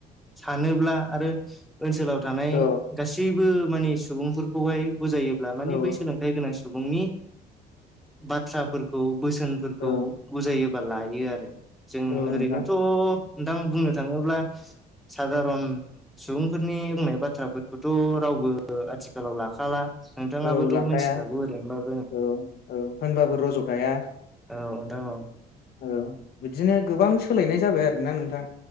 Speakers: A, in the centre; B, on the left.
A: सानोब्ला आरो ओनसोलाव थानाय
B: औ
A: गासैबो मानि सुबुंफोरखौहाय बुजायो। अब्ला माने
B: औ
A: बै सोलोंथाइ गोनां सुबुंनि बाथ्राफोरखौ बोसोनफोरखौ
B: औ
A: बुजायोबा लायो आरो। जों
B: औ
A: ओरैनोथ'
B: नोंथां
A: नोंथां बुंनो थाङोब्ला सादारन सुबुंफोरनि बुंनाय बाथ्राफोरखौथ' रावबो आथिखालाव लाखाला। नोंथाङाबोथ'
B: औ लाखाया
A: मिथिखागौ ओरैनोबा
B: औ औ होनबाबो रज'खाया
A: औ नोंथां औ
B: औ बिदिनो गोबां सोलायनाय जाबाय आरोना नोंथां।